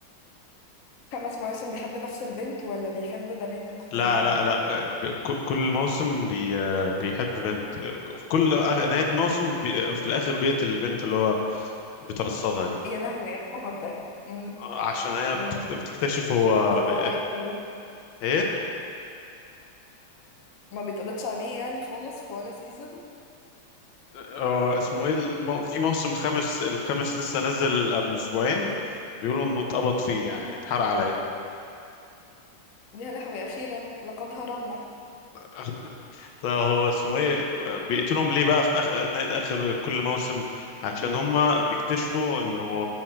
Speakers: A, on the left; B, on the left.
A: خمس مواسم بيحب نفس البنت ولا بيحب بنات مختلفه
B: لا لا لا ب- ك- كل موسم بي بيحب بنت في كل آخر- نهاية موسم بي في الآخر بيقتل البنت اللي هو بيترصدها دي
A: يا لهوي يا الحوار ده مم.
B: عشان هي
A: مم.
B: بتكت- بتكتشف هو
A: طب
B: ب-
A: وهو ايه ما بي-
B: ايه
A: ما بيتقبضش عليه يعني خالص في ولا سيزون
B: هو اسمه ايه المو... في موسم خامس الخامس لسه نازل قبل اسبوعين بيقولوا انه اتقبض فيه يعني
A: مم.
B: اتحرق عليه
A: يا لهوي اخيرا لقد هرمنا <laughs>
B: <laughs> طيب هو اسمه ايه بيقتلهم ليه بقى في اخر اثناء اخر كل موسم عشان هم بيكتشفوا انه